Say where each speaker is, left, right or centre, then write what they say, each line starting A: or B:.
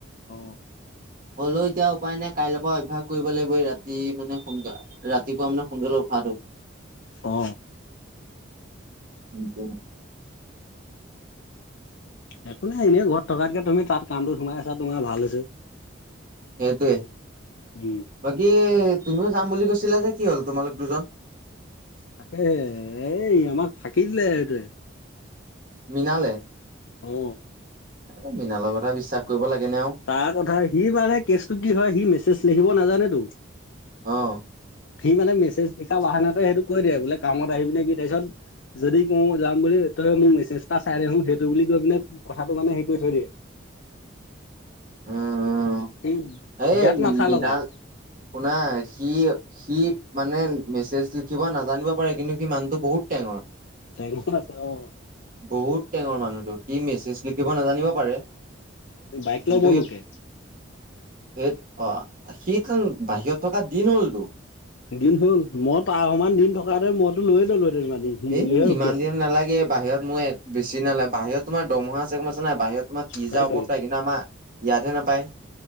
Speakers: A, on the left; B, on the right.
A: অ অ
B: হলেও এতিয়া উপায় নাই কাইলৈৰ পৰা অভ্যস কৰিব লাগিবই ৰাতি মানে সোনকালে ৰাতিপুৱা মানে সোনকালে উঠাটো
A: অ
B: নিক
A: একো নাই এনেই ঘৰত থকাতকে তুমি তাত কামটোত সোমাই আছা, তোমাৰ ভাল হৈছে।
B: সেইটোৱে
A: উম
B: বাকী তুমিও যাম বুলি কৈছিলা যে, কি হ'ল তোমালোক দুজন?
A: তাকে এই আমাক ফাঁকি দিলে এইটোৱে।
B: মীনালে
A: অ।
B: এ মৃণালৰ কথা বিশ্বাস কৰিব লাগে। নে আৰু
A: তাৰ কথা সি মানে কেচটো কি হয় সি মেছেজ লিখিব নাজানেতো।
B: অ।
A: সি মানে মেছেজ লিখা বাহানাতে সেইটো কৈ দিয়ে বোলে কামত আহি পিনে কি? তাৰপিছত যদি ক যাম বুলি তই মোৰ মেছেজটা চাই দেখোন সেইটো বুলি কৈ পিনে কথাটো মানে হেৰি কৰি থৈ দিয়ে। <inaudible>
B: উম উম
A: সি
B: এই
A: বিৰাট
B: মৃণাল,
A: মাথা লগাই
B: শুনা সি সি মানে মেছেজ লিখিব নাজানিব পাৰে। কিন্তু সি মানটো বহুত টেঙৰ।
A: টেঙৰ আছে, অ।
B: বহুত টেঙৰ মানুহতো। সি মেছেজ লিখিব নাজানিব পাৰে।
A: বাইক
B: কিন্তু
A: ল'ব
B: সি
A: লোকে।
B: সেই অ সি বাহিৰত থকা দিন হ'লতো।
A: দিন হ'ল। মই তাৰ সমান দিন থকা হেতেন মইতো লৈ ললো হেঁতেন ইমান দিন সি
B: এ
A: বুলিহে ৰখি
B: ইমান
A: আছে।
B: দিন নালাগে। বাহিৰত মোৰ বেছি নালাগে বাহিৰত তোমাৰ দৰমহা চেগমচা নাই। বাহিৰত তোমাৰ তিছহেজাৰ
A: সেইটোৱে
B: ওপৰত পায় কিন্তু আমাৰ ইয়াতহে নাপায়।